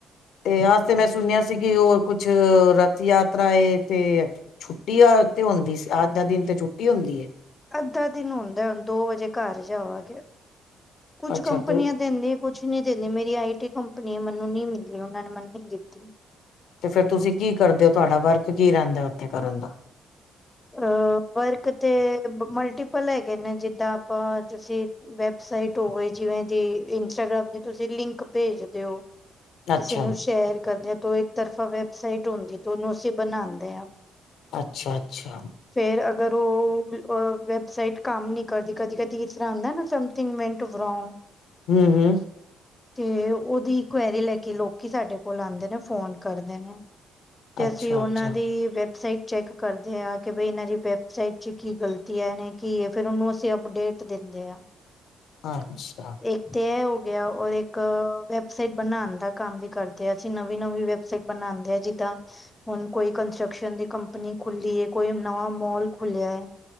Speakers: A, on the left; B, on the left.
A: ਤੇ ਆੱਜ ਤੇ ਮੈਂ ਸੁਨੇਆ ਸੀ, ਕਿ ਓ ਕੁੱਛ ਰਥ ਯਾਤਰਾ ਏ ਤੇ ਛੁੱਟੀ ਐ ਤੇ ਹੁੰਦੀ ਸ, ਆੱਜ ਦਾ ਦਿਨ ਤੇ ਛੁੱਟੀ ਹੋਂਦੀ ਏ।
B: ਅੱਦਾ ਦਿਨ ਹੁੰਦੈ, ਹੁਨ ਦੋ ਵਜੇ ਘਾਰ ਜਾਂਵਾਗੇ, ਕੁੱਛ
A: ਅੱਛਾ
B: ਕੰਪਨੀਆਂ
A: ਤੋ
B: ਦੈਂਦੀ ਕੁੱਛ ਨੀ ਦੇਂਦੇ, ਮੇਰੀ ਆਈ ਟੀ ਕੰਪਨੀ ਏ, ਮੈਨੂੰ ਨੀ ਮਿਲੀ, ਓਨਾਂ ਨੇ ਮੈਨ ਨੀ ਦਿੱਤੀ।
A: ਤੇ ਫਿਰ ਤੂਸੀ ਕੀ ਕਰਦੇ ਓ, ਤੂਆਡਾ ਵਰਕ ਕੀ ਰੈਂਦੈ ਉਥੇ ਕਰਨ ਦਾ?
B: ਅ ਵਰਕ ਤੇ ਮਲਟੀਪਲ ਹੈਗੇ ਨੇ, ਜਿੱਦਾਂ ਆਪਾਂ, ਅੱਜ ਅਸੀ ਵੈਬਸਾਈਟ ਹੋ ਗਈ ਜਿਵੇਂ ਦੀ, ਇੰਸਟਾਗ੍ਰਾਮ ਦੀ ਤੂਸੀ ਲਿੰਕ ਭੇਜਦੇ ਓ ਕਿਸੇ
A: ਅੱਛਾ
B: ਨੂੰ ਸ਼ੇਅਰ ਕਰਦੇ ਓ ਤੋ ਇੱਕ ਤਰਫਾ ਵੈਬਸਾਈਟ ਹੁੰਦੀ ਏ, ਤੇ ਓਨੂੰ ਅਸੀ ਬਨਾਂਦੇ ਆਂ।
A: ਅੱਛਾ-ਅੱਛਾ।
B: ਫੇਰ ਅਗਰ ਓ, ਅ ਵੈਬਸਾਈਟ ਕਾੰਮ ਨੀ ਕਰਦੀ, ਕਦੀ-ਕਦੀ ਇਸ ਤਰਾਂ ਹੁੰਦੈ ਨਾ, ਸਮ ਥਿੰਗ ਮੈਂਨ ਟੂ ਵਰੌਗ
A: ਹੂੰ-ਹੂੰ।
B: <inaudible> ਤੇ ਉਹਦੀ ਇਕੁਆਇਰੀ ਲੈ ਕੇ ਲੋਕੀ ਸਾਡੇ ਕੋਲ ਆਉਂਦੇ ਨੇ ਫੋਨ ਕਰਦੇ ਨੇ। ਤੇ
A: ਅੱਛਾ
B: ਅਸੀਂ ਉਨਨਾਂ
A: ਅੱਛਾ
B: ਦੀ ਵੈਬਸਾਈਟ ਚੈੱਕ ਕਰ ਦੇ ਆ ਕਿ ਬਈ ਇਹਨਾਂ ਦੀ ਵੈਬਸਾਈਟ ਚ ਕੀ ਗ਼ਲਤੀ ਹੈ ਇਹਨੇ ਕੀ ਹੈ ਫਿਰ ਉਹਨੂੰ ਅਸੀਂ ਅਪਡੇਟ ਦਿੰਦੇ ਆ। <inaudible>
A: ਅੱਛਾ।
B: ਇੱਕ ਤੇ ਏ ਹੋ ਗਿਆ ਔਰ ਇੱਕ ਵੈਬਸਾਈਟ ਬਣਾਣ ਦਾ ਕੰਮ ਵੀ ਕਰਦੇ ਹਾਂ, ਅਸੀਂ ਨਵੀਂ-ਨਵੀਂ ਵੈ ਸਾਇਡ ਬਣਾਂਦੇ ਆ ਜਿੱਦਾਂ ਹੁਣ ਕੋਈ ਕੰਸਟਰਕਸ਼ਨ ਦੀ ਕੰਪਨੀ ਖੁੱਲੀਏ ਕੋਈ ਨਵਾਂ ਮੌਲ ਖੁੱਲਿਆ ਹੈ